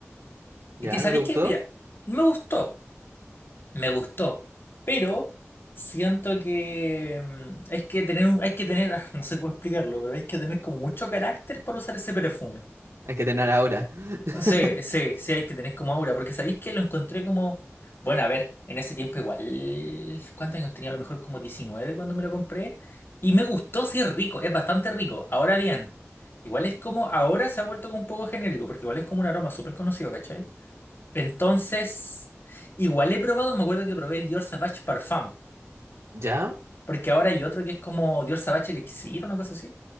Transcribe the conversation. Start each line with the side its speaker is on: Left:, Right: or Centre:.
Right: ¿Ya?
Left: Y que sabéis
Right: ¿No te gustó?
Left: que, mira, me gustó, me gustó, pero siento que mm, hay que tener, un- hay que tener, <laughs> no sé cómo explicarlo, pero hay que tener como mucho carácter para usar ese perfume.
Right: Hay que tener ahora. <laughs>
Left: Sí, sí, sí, hay que tener como aura, porque sabéis que lo encontré como, bueno, a ver, en ese tiempo igual, ¿cuántos años tenía? A lo mejor como 19 cuando me lo compré, y me gustó, sí es rico, es bastante rico. Ahora bien, igual es como, ahora se ha vuelto como un poco genérico, porque igual es como un aroma súper conocido, ¿cachai? Entonces, igual he probado, me acuerdo que probé el Dior Sauvage Parfum,
Right: ¿Ya?
Left: porque ahora hay otro que es como Dior Sauvage Elixir, una cosa así.